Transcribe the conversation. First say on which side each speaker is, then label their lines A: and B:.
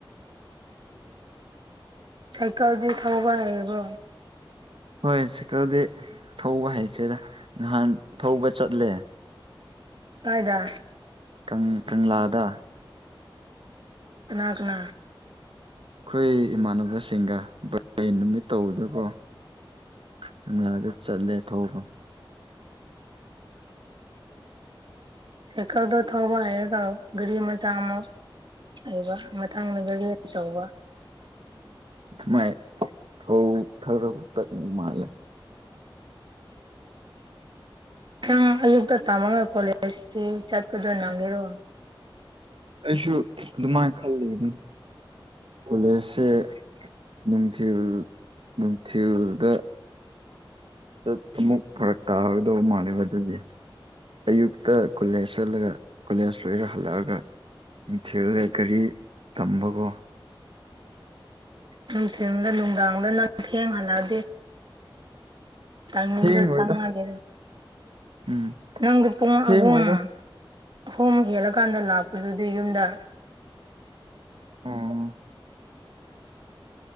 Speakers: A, on the right; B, on the right.
A: ꯁꯥꯏꯀꯜꯗꯤ ꯊꯧꯕ ꯍꯩꯔꯕ꯭ꯔꯣ
B: ꯍꯣꯏ ꯁꯥꯢꯀꯜꯗꯤ ꯊꯧꯕ ꯍꯩꯈ꯭ꯔꯦꯗ ꯅꯍꯥꯟ ꯊꯧꯕ ꯆꯠꯂꯦ
A: ꯀꯥꯢꯗ
B: ꯀꯪ ꯀꯪꯂꯥꯗ
A: ꯀꯅꯥ ꯀꯅꯥ
B: ꯑꯩꯈꯣꯏ ꯏꯃꯥꯟꯅꯕꯁꯤꯡꯒ ꯅꯨꯃꯤꯠ ꯇꯧꯕꯗꯀꯣ ꯀꯣꯂꯥꯗ ꯆꯠꯂꯦ ꯊꯧꯕ
A: ꯁꯥꯢꯀꯜꯗꯣ ꯊꯧꯕ ꯍꯩꯔꯒ ꯒꯔꯤ ꯃꯆꯥꯥ ꯑꯃꯨꯛ ꯍꯩꯕ ꯃꯊꯪꯅ ꯒꯥꯔꯤ ꯑꯆꯧꯕ
B: ꯃꯥꯏ ꯑꯧ ꯊꯧ ꯈꯔ ꯈꯔ ꯇꯠꯄ ꯃꯥꯂꯦ
A: ꯅꯪ ꯑꯌꯨꯛꯇ ꯇꯥꯃꯒ ꯀꯣꯂꯦꯖꯇꯤ ꯆꯠꯄꯗꯣ ꯅꯝꯒꯦꯔꯣ
B: ꯑꯩꯁꯨ ꯑꯗꯨꯃꯥꯏꯅ ꯈꯜꯂꯤꯝꯅꯤ ꯀꯣꯂꯦꯖꯁꯦ ꯅꯨꯡꯊꯤꯜ ꯅꯨꯡꯊꯤꯜꯗ ꯇ ꯑꯃꯨꯛ ꯐꯔꯛ ꯇꯥꯒꯗꯧꯕ ꯃꯥꯜꯂꯦꯕ ꯑꯗꯨꯒꯤ ꯑꯌꯨꯛꯇ ꯀꯣꯂꯦꯖ ꯆꯠꯂꯒ ꯀꯣꯂꯦꯖ ꯂꯣꯏꯔ ꯍꯜꯂꯛꯑꯒ ꯅꯨꯡꯊꯤꯜꯗ ꯒꯔꯤ ꯇꯝꯕꯒꯣ
A: ꯅꯨꯡꯊꯤꯜꯗ ꯅꯨꯡꯗꯥꯡꯗ ꯅꯪ ꯊꯦꯡ ꯍꯜꯂꯛꯑꯗꯤ ꯇꯥꯏꯃꯤꯡꯗꯣ
B: ꯊꯦꯡꯉꯣꯏꯗ
A: ꯆꯥꯅꯗꯦꯗ
B: ꯎꯝ
A: ꯅꯪꯗꯤ ꯄꯨꯡ
B: ꯊꯦꯡꯉꯣꯏꯗ
A: ꯑꯍꯨꯝ ꯑꯍꯨꯝ ꯍꯦꯜꯂꯀꯥꯟꯗ ꯂꯥꯛꯄꯗꯨꯗꯤ ꯌꯨꯝꯗ
B: ꯑꯣ